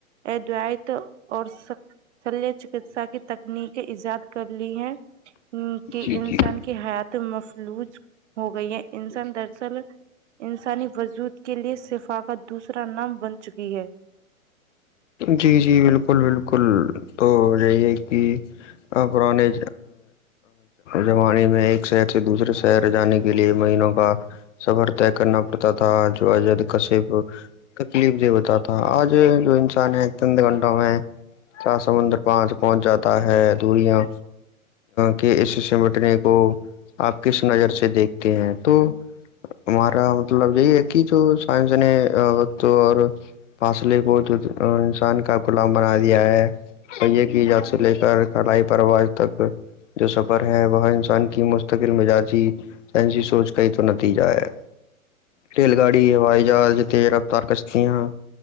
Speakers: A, on the right (about 55°); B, on the left (about 60°).
A: ادوائت اور شلیہ چکسا کی تکنیکی ایجاد کر لی ہیں کہ
B: جی
A: انسان
B: جی
A: کے کی حیات مفلوج ہو گئی ہے انسان درصل انسانی وجود کے لیے صفا کات دوسرا نام بن چکی ہے
B: جی جی بالکل بالکل تو یہی ہے کہ پرانے جمانی میں ایک شہر سے دوسرے شہر جانے کے لیے مہینوں کا صبر طے کرنا پڑتا تھا جو اجد کشف تکلیف د بتااتا آج جو انسان ہے تند گھنٹوں میں کیا سمندر پانچ پہنچ جاتا ہے دوریاں کے اس سمٹنے کو آپ کس نظر سے دیکھتے ہیں تو ہمارا مطلب یہی ہے کہ جو سائنس نے وت اور فاصلے کو جو انسان کا غلام بنا دیا ہے تو یہ کیجاد سے لے کر کلائی پروج تک جو سفر ہے وہاں انسان کی مستقل مزاجی سائنسی سوچ کا ہی تو نتیجہ ہے ریل گاڑی ہوائی جہاز تز رفتار کشتییاں